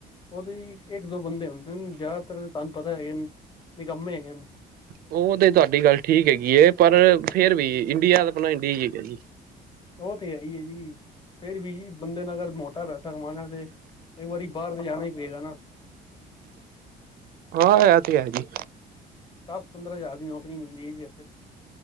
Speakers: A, on the left (about 30°); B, on the right (about 60°).
A: ਉਹ ਤਾਂ ਹੀ ਇੱਕ ਦੋ ਬੰਦੇ ਹੁੰਦੇ ਹਨ ਜ਼ਿਆਦਾਤਰ ਤੁਹਾਨੂੰ ਪਤਾ ਹੈਗੇ ਨਿਕੰਮੇ ਹੈਗੇ ਹਨ।
B: ਉਹ ਤੇ ਤੁਆਡੀ ਗੱਲ ਠੀਕ ਹੈਗੀ ਏ, ਪਰ ਫੇਰ ਵੀ ਇੰਡੀਆ ਤਾ ਅਪਣਾ ਇੰਡੀਆ ਹੀ ਹੈਗਾ ਜੀ।
A: ਉਹ ਤੇ ਹੈ ਹੀ ਹੈ ਜੀ ਫਿਰ ਵੀ ਬੰਦੇ ਨੇ ਅਗਰ ਮੋਟਾ ਪੈਸਾ ਕਮਾਣਾ ਤੇ ਇੱਕ ਵਾਰੀ ਬਾਰ ਲੇ ਜਾਣਾ ਹੀ ਪਏਗਾ ਨਾ।
B: ਹਾਂ ਹੈ ਤੇ ਜੀ
A: ਦਸ-ਪੰਦਰਾਂ ਹਜ਼ਾਰ ਦੀ ਨੌਕਰੀ ਮੀਲਗੀ ਆ